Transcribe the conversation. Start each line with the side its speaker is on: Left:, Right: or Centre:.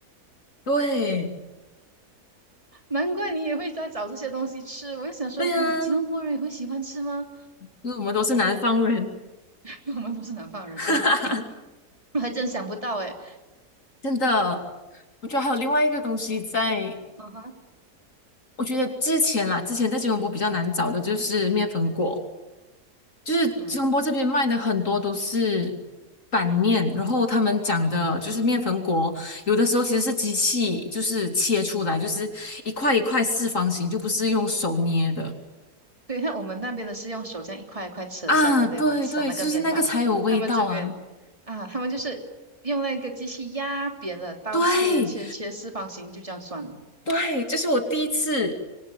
Left: 对，
Right: 难怪你也会在找这些东西吃，我就想说，
Left: 对啊，
Right: 哇，吉隆坡人也会喜欢吃吗？
Left: 因为我们都是南方人，
Right: <laughs> 因为我们都是南方人，
Left: <laughs>
Right: 对。还真想不到诶。
Left: 真的。我觉得还有另外一个东西在，
Right: 嗯哼，
Left: 我觉得之前啦，之前在吉隆坡比较难找的就是面粉果。
Right: 嗯
Left: 就是吉隆坡这边卖的很多都是
Right: 嗯，
Left: 板面，然后他们讲的就是面粉果，有的时候其实是机器就是切出来，就是一块一块四方形，就不是用手捏的
Right: 对，看我们那边的是用手这样一块一块扯下来，
Left: 啊。对对，
Right: 对吗？扯那个面团。
Left: 就是那个才有味道啊。
Right: 他们这边啊，他们就是用那个机器压扁了，刀切切切四方形，
Left: 对
Right: 就这样算了。
Left: 对，这是我第一次，